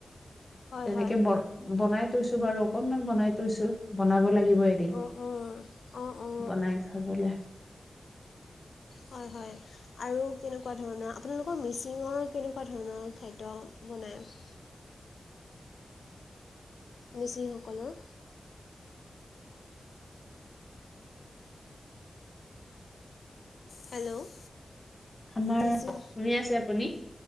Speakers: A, on the left; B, on the left.
A: হয়
B: তেনেকে
A: হয়
B: ব বনাই থৈছো বাৰু অকনমান বনাই থৈছো বনাব লাগিব দিন
A: অঁ অঁ অঁ অঁ
B: বনাই খাবলে।
A: হয় হয় আৰু কেনেকুৱা ধৰণৰ, আপোনালোকৰ মিচিঙৰ কেনেকুৱা ধৰণৰ খাদ্য বনায়?
B: <unintelligible>
A: মিচিংসকলৰ হেল্ল'
B: আমাৰ
A: মিচিং,
B: শুনি আছে আপুনি